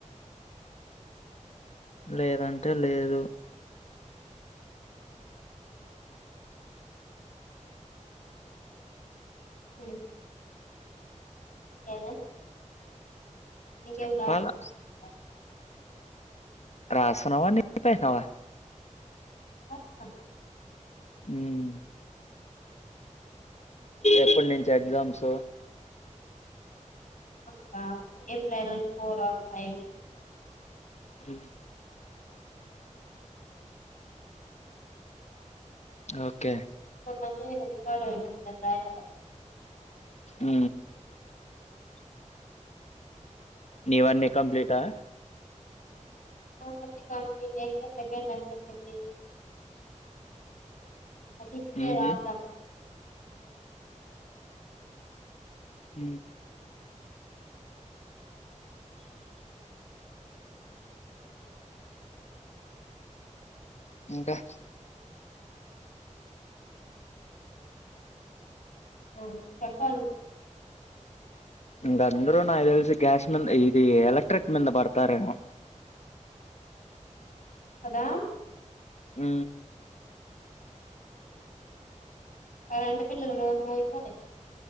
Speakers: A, on the left; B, on the left.
A: లేదంటే లేదు
B: హు ఏందే నీకేం
A: చెప్పాలా
B: రాసుకునేవి లేవా
A: రాస్తున్నావా నిలిపేసినావా
B: రాస్తా
A: ఉమ్ ఎప్పటి నుంచి ఎగ్జామ్స్
B: మాకా ఎప్రిల్ ఫోర్ ఆర్ ఫైవ్
A: హ ఓకే
B: మళ్లీ రికార్డయిటియాల
A: ఉ నీవన్ని కంప్లీటా
B: నావన్ని కంప్లీటే ఇంకా సెకండ్ అసైన్మెంటే అది ఇస్తే
A: ఉహు
B: రాద్దాం
A: ఉ ఇంకా
B: ఆ చెప్పాలి
A: ఇంక అందరూ నా తెలిసి గ్యాస్ మింద ఇది ఎలక్ట్రిక్ మింద పడతారేమో
B: కదా
A: ఉ
B: కరెంట్ బిల్లులు మోత మోగిపోతాయి